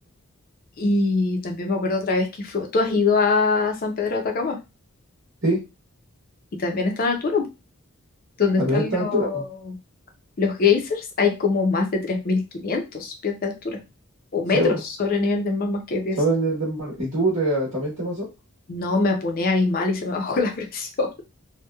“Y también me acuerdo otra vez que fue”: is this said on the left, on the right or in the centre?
Left